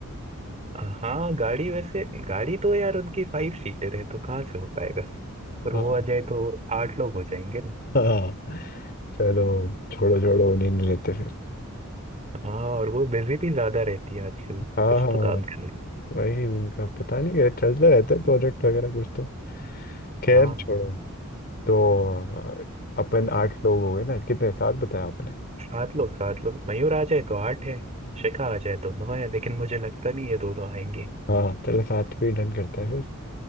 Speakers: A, on the right (about 30°); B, on the left (about 45°).
A: हाँ गाड़ी वैसे गाड़ी तो यार उनकी फाइव सीटर है तो कहाँ से हो पाएगा और
B: हाँ
A: वो आ जाए तो आठ लोग हो जाएंगे ना
B: हाँ चलो छोड़ो छोड़ो उन्हीं ने लेते फिर
A: हाँ और वो बिजी भी ज्यादा रहती है आजकल
B: हाँ
A: कुछ
B: हाँ हाँ।
A: तो काम कर रही
B: वही उनका पता नहीं क्या चलता रहता है प्रोजेक्ट
A: है
B: वगैरह कुछ तो खैर
A: हाँ
B: छोड़ो तो अ, अपन आठ लोग हो गए ना कितने सात बताया आपने
A: सात लोग सात लोग मयूर आ जाए तो आठ है शिखा आ जाए तो नौ है लेकिन मुझे लगता नहीं ये दोनों आएंगे
B: हाँ चलो सात पे डन करते हैं